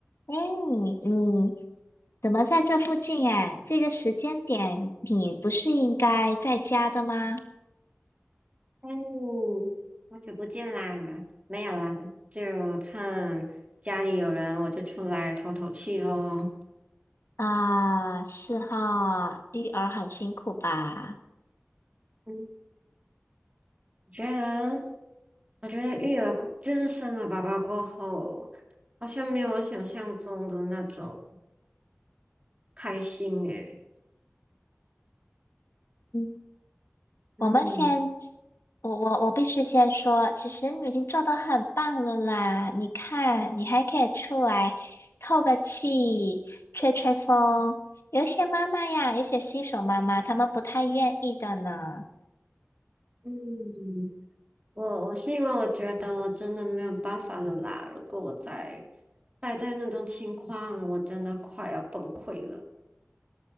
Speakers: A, on the left; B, on the right.
A: 哎，你你怎么在这附近？哎，这个时间点你不是应该在家的吗？
B: 嗯，好久不见啦，没有啦，就趁家里有人，我就出来透透气喽。
A: 啊，是哈，育儿很辛苦吧？
B: 嗯，我觉得，我觉得育儿过，就是生了宝宝过后，好像没有我想象中的那种开心诶。
A: 嗯，我们先，
B: 嗯
A: 我我我必须先说，其实你已经做得很棒了啦。你看，你还可以出来透个气，吹吹风。有一些妈妈呀，有些新手妈妈，她们不太愿意的呢。
B: 嗯，我我是因为我觉得我真的没有办法了啦，如果我再待在那种情况，我真的快要崩溃了。